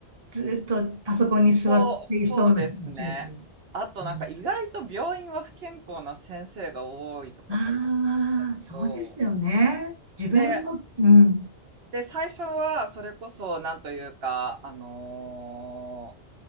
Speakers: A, on the right; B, on the right.
A: ずっとパソコンに座っていそうな人たちみたい
B: そう、そうですね。あとなんか意外と病院は不健康な先生が多いとかも言う
A: な。ああー、そうですよね。
B: と、
A: 自分の、
B: で、
A: うん。
B: で、最初はそれこそなんというか、あのー